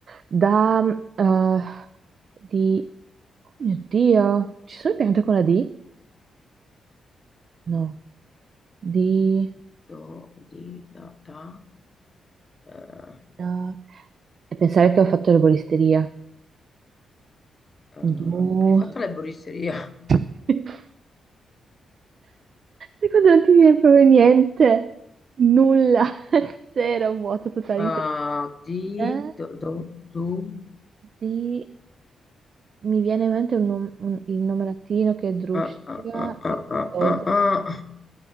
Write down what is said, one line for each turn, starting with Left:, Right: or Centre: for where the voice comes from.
Right: da, eh, di, oh mio Dio, ci sono piante con la D? No. di...
Left: do, di, da, da. Eh,
Right: da- E pensare che ho fatto erboristeria.
Left: Eh,
Right: Du...
Left: hai fatto l'erboristeria
Right: <laughs> E quando non ti viene proprio niente, nulla, <laughs> zero, vuoto totale
Left: Ah,
Right: in testa.
Left: di do, do, do-
Right: Di... Mi viene in mente un, nom- un- il nome latino che è Drusciga
Left: ah, ah, ah,
Right: e
Left: ah,
Right: qualcosa.
Left: ah, ah, ah. ah.